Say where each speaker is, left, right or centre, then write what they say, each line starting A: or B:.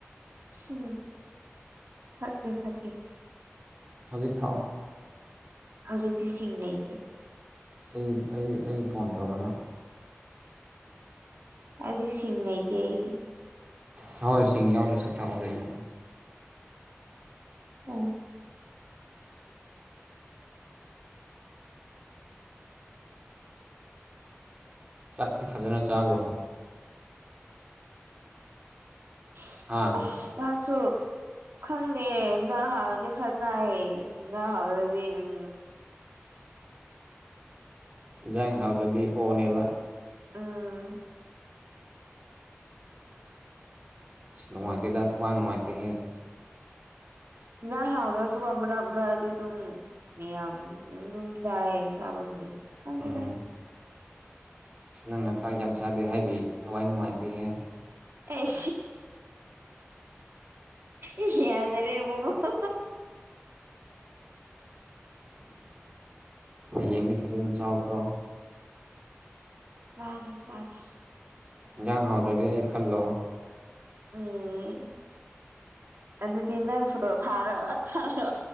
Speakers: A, on the right; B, on the right.
A: ꯎꯝ ꯊꯀꯦ- ꯊꯀꯦ
B: ꯍꯧꯖꯤꯛ ꯊꯛꯑꯣ
A: ꯍꯧꯖꯤꯛꯇꯤ ꯁꯤꯡꯂꯩꯇꯦ
B: ꯑꯩ -ꯑꯩ -ꯑꯩ ꯐꯣꯟ ꯇꯧꯔꯒ
A: ꯑꯖꯤꯛ ꯁꯤꯡ ꯂꯩꯇꯦ ꯑꯩ
B: ꯊꯛꯑꯣ ꯁꯤꯡ ꯌꯥꯎꯗ꯭ꯔꯁꯨ ꯊꯛꯑꯣ ꯀꯩꯅꯣ
A: ꯎꯝ
B: ꯆꯥꯛꯇꯤ ꯐꯖꯅ ꯆꯥꯕ꯭ꯔꯣ
A: ꯍ
B: ꯍꯥꯥ
A: ꯑꯁ ꯆꯥꯛꯁꯨ ꯈꯪꯗꯦ ꯏꯟꯁꯥꯡ ꯍꯥꯎꯔꯗꯤ ꯈꯔ ꯆꯥꯏꯌꯦ ꯏꯟꯖꯥꯡ ꯍꯥꯎꯇꯔꯗꯤ ꯎꯝ
B: ꯏꯟꯁꯥꯡ ꯍꯥꯎꯇ꯭ꯔꯗꯤ ꯑꯣꯅꯦꯕ
A: ꯎꯝ
B: ꯁꯤ ꯅꯨꯡꯉꯥꯏꯇꯦꯗ ꯊꯋꯥꯏ ꯅꯨꯡꯉꯥꯏꯇꯦꯍꯦ
A: ꯏꯟꯖꯥꯡ ꯍꯥꯎꯅꯕꯁꯨ ꯃꯔꯝ ꯃꯔꯛꯇꯤ ꯑꯗꯨꯝ ꯌꯦꯟ ꯑꯗꯨꯝ ꯆꯥꯏꯌꯦ ꯆꯥꯕꯕꯨꯗꯤ ꯈꯪꯗꯦꯗ
B: ꯎꯝ ꯅꯪꯅ ꯆꯥꯛ ꯌꯥꯝ ꯆꯥꯗꯦ ꯍꯥꯏꯕꯒꯤ ꯊꯋꯥꯏ ꯅꯨꯡꯉꯥꯏꯇꯦꯍꯦ
A: ꯑꯩ ꯑꯦ ꯌꯥꯖꯔꯦ ꯏꯕꯨꯡꯉꯣ
B: ꯍꯌꯦꯡꯗꯤ ꯐꯖꯅ ꯆꯥꯎꯀꯣ
A: ꯆꯥꯒꯦ- ꯆꯥꯒꯦ
B: ꯍꯤꯟꯖꯥꯡ ꯍꯥꯎꯇ꯭ꯔꯗꯤ ꯑꯩ ꯈꯥꯜꯂꯣ
A: ꯎꯝ ꯑꯗꯨꯗꯤ ꯅꯪ ꯐꯣꯇꯣ ꯊꯥꯔꯛꯑꯣ ꯊꯥꯔ